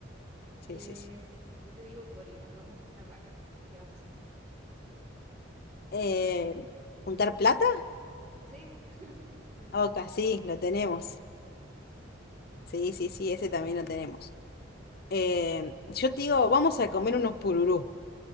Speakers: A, on the left; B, on the right.
A: Sí,
B: Eh,
A: sí, sí.
B: si yo te digo, Cori, hagamos una vaca, ¿qué vamos a hacer?
A: Eh, ¿juntar plata?
B: Sí, <laughs> sí, sí.
A: Oca, sí, lo tenemos.
B: sí.
A: Sí, sí, sí, ese también lo tenemos. Eh, yo te digo, vamos a comer unos pururú.